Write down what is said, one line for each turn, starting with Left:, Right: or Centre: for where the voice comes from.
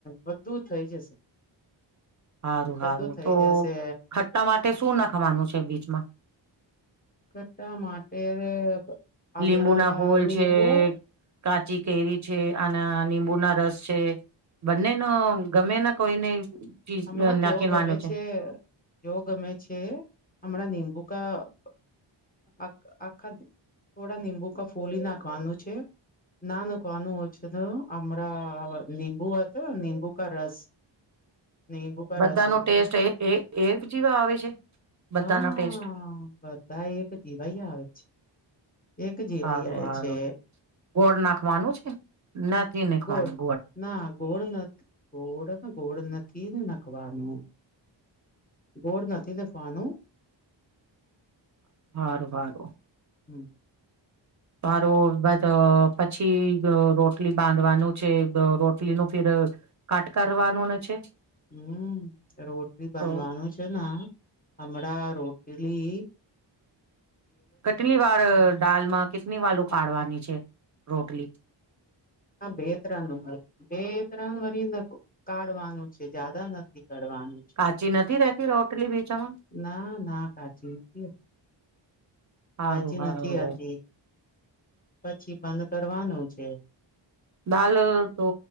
Left: બધું થઇ જશે.
Right: સારું
Left: બધું
Right: સારું
Left: થઈ
Right: તો
Left: જશે
Right: ખટ્ટા માટે શું નાખવાનું છે બીચમાં
Left: કટા <inaudible> હમણાં
Right: લીંબુ ના ફૂલ
Left: નીંબુ
Right: છે કાચ કાચી કેરી છે આના નીબુંના રસ છે બંને ન ગમે ના કોઈને ચીજ
Left: હમણાં
Right: નાખીને
Left: જો ગમે
Right: માન્યું
Left: છે જો ગમે છે હમણાં નિબુ આખા થોડા નિંબુ ક ફૂલી નાખવાનું છે. ના નાખવાનું ઓછું તો હમણાં નિંબુ હત નીંબુ કા રસ નીબુકા
Right: બધાનો
Left: રસ હોતા
Right: ટેસ્ટ એ એ એ જેવા આવે છે બધાનો
Left: હા
Right: ટેસ્ટ
Left: બધા એક જીવાઈ આવે છે એક જીવાઈ
Right: હારું
Left: આવે
Right: હારું
Left: છે
Right: ગોળ નાખવાનું છે નથી નાખવાનું
Left: ગોળ ના ગોળ નથી ગોળ ગોળ નથી નખવાનું ગોળ નથી નાખવાનું.
Right: હા રું હા રું
Left: હમ.
Right: હારું પછી રોટલી બાંધવાનું છે રોટલીનું ફિર કટ કરવાનું ન છે.
Left: હમ રોટલી બનવાનું
Right: તો
Left: છે ને હમણાં રો પળી
Right: કેટલી વાર દાલમાં કેટલી વાલ ઉકાળવાની છે? રોટલી?
Left: હા બે ત્રણ બે ત્રણ વીને કાઢવાનું છે જ્યાદા નથી. ચડવાનું છે,
Right: કાચી નથી રેતી રોટલી બીચામાં
Left: ના ના કાચી કે
Right: હારું
Left: કાચી
Right: હારું
Left: નથી આતી. પછી બંધ કરવાનું છે.
Right: દાલ તો